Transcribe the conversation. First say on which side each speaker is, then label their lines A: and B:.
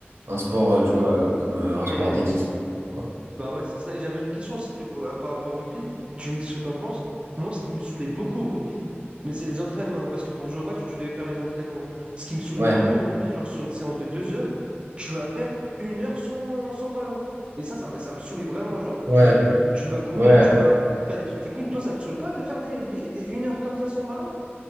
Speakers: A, on the right; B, on the right.
A: un sport, euh, tu vois, euh, comme euh, un
B: Ouais.
A: sport d'équipe, quoi.
B: Bah ouais, c'est ça. Et j'avais une question aussi que- par par rapport au rugby. Tu me dis ce que t'en penses. Moi, ce qui me saoulait beaucoup au rugby, mais c'est les entraînements. Parce que pour jouer au match, tu devais faire les entraînements. Ce qui me saoulait
A: Ouais,
B: beaucoup au rugby, genre sur une séance de deux heures, tu vas faire une heure sans, sans ballon. Et ça, ça, me- ça me saoulait vraiment. Genre,
A: ouais,
B: tu, tu vas courir,
A: ouais.
B: tu vas faire des trucs techniques. Toi, ça te saoule pas de faire des, des, des- une heure comme ça sans ballon?